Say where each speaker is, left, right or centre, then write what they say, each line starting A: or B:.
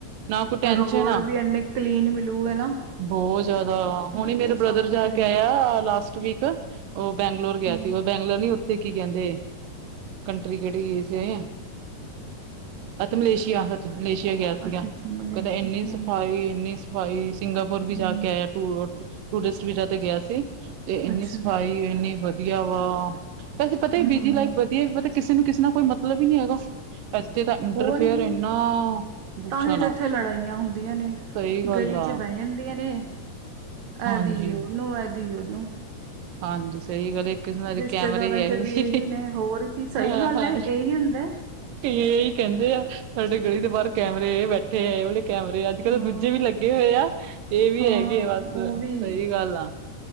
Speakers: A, on the right; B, on the right.
A: ਨਾ ਕੋਈ ਟੈਨਸ਼ਨ
B: ਤਾਂ ਰੋਡ
A: ਆ
B: ਵੀ ਇੰਨੇ ਕਲੀਨ ਮਿਲੂਗੇ ਨਾ
A: ਬਹੁਤ ਜ਼ਿਆਦਾ, ਹੁਣ
B: ਬਹੁਤ
A: ਮੇਰਾ ਬ੍ਰਦਰ
B: ਸਾਫ਼
A: ਜਾ
B: ਸਫਾਈ
A: ਕੇ
B: ਹੁੰਦੇ
A: ਆਇਆ
B: ਆ
A: ਲਾਸਟ ਵੀਕ। ਉਹ ਬੈਂਗਲੋਰ ਗਿਆ
B: ਹੂੰ
A: ਸੀ, ਉਹ ਬੈਂਗਲੋਰ ਨੀ ਉੱਥੇ ਕੀ ਕਹਿੰਦੇ ਕੰਟਰੀ ਕਿਹੜੀ ਸੀ <unintelligible> ਅਧ ਮਲੇਸ਼ੀਆ। ਮਲੇਸ਼ੀਆ ਗਿਆ ਸੀਗਾ,
B: ਅੱਛਾ ਅੱਛਾ ਮਲੇਸ਼ੀਆ
A: ਕਹਿੰਦੇ ਇੰਨੀ
B: ਹੂੰ
A: ਸਫਾਈ, ਇੰਨੀ ਸਫਾਈ ਸਿੰਗਾਪੁਰ ਵੀ
B: ਹੂੰ
A: ਜਾ ਕੇ ਆਇਆ। ਟੂਰਿਸਟ ਵੀਜ਼ਾ ਤੇ ਗਿਆ ਸੀ, ਤੇ ਇੰਨੀ
B: ਅੱਛਾ
A: ਸਫਾਈ ਇੰਨੀ ਵਧੀਆ ਵਾ ਅਸੀੇ ਪਤਾ ਹੀ
B: ਹੂੰ
A: ਬਿਜੀ ਲਾਈਫ ਵਧੀਆ ਪਤਾ ਕਿਸੇ ਨੂੰ ਕਿਸੇ ਨਾਲ ਕੋਈ ਮਤਲਬ ਹੀ ਨਹੀਂ ਹੈਗਾ ਇੱਥੇ ਤਾਂ ਇੰਟਰਫੇਅਰ
B: ਹੋਰ ਕੀ,
A: ਇੰਨਾ ਪੁੱਛੋ
B: ਤਾਂਹੀ
A: ਨਾ
B: ਤਾਂ ਇੱਥੇ ਲੜਾਈਆਂ ਹੁੰਦੀਆਂ ਨੇ।
A: ਸਹੀ ਗੱਲ
B: ਗਲੀ
A: ਆ
B: ਚ ਬਹਿ ਜਾਂਦੀਆਂ ਨੇ,
A: ਹਾਂਜੀ
B: ਆਦੀ ਉਹਨੂੰ, ਆਦੀ ਉਹਨੂੰ
A: ਹਾਂਜੀ ਸਹੀ ਗੱਲ ਹੈ। ਕਿਸਨ ਅਜ
B: ਰਿਸ਼ਤੇਦਾਰਾਂ
A: ਕੈਮਰੇ ਆ ਹੀ
B: ਚ ਵੀ
A: ਸੀ
B: ਇਹੀ ਨੇ ਹੋਰ ਕੀ ਸਹੀ
A: ਹਾਂ,
B: ਗੱਲ
A: ਹਾਂ
B: ਹੈ ਇਹੀ ਹੁੰਦਾ ਹੈ।
A: ਐ ਏਹੀ ਕਹਿੰਦੇ ਆ ਸਾਡੇ ਗਲੀ ਦੇ ਬਾਹਰ ਕੈਮਰੇ ਬੈਠੇ ਤੇ ਏਹੋ ਹੈਏ ਵਾਲੇ ਕੈਮਰੇ ਆ ਅੱਜ ਕੱਲ
B: ਹਾਂ
A: ਤਾਂ ਦੂਜੇ ਵੀ ਲੱਗੇ ਹੋਏ ਆ। ਇਹ ਵੀ
B: ਹਾਂ
A: ਹੈਗੇ ਬਸ,
B: ਉਹ ਵੀ
A: ਸਹੀ ਗੱਲ ਆ।